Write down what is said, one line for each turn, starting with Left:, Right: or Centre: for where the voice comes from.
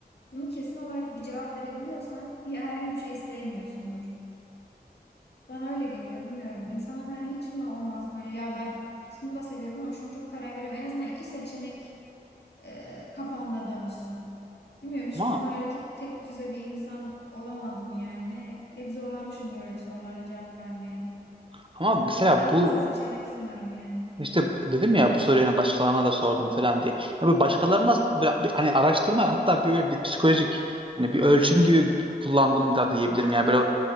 Left: Bunu kesin olarak bir cevap verebiliyorsan ya herhangi bir şeyi sevmiyorsundur. Bana öyle geliyor bilmiyorum. İnsanın hani hiç mi olmaz böyle ya ben şunu da seviyorum ama şunu çok karar veriyorum. En azından iki seçenek e, kafamda dönsün. Bilmiyorum hiçbir
Right: Ama
Left: zaman öyle çok tek düze bir insan olamadım yani. Hep zorlanmışımdır öyle sorularda cevap vermeye.
Right: ama mesela
Left: Birden
Right: bu
Left: fazla seçenek sunarım yani.
Right: işte dedim ya bu soruyu hani başkalarına da sordum falan diye. Abi başkalarına
Left: Hı hı.
Right: böyle bir- hani araştırma hatta bir böyle bir psikolojik hani bir ölçüm gibi kullandım da diyebilirim. Yani böyle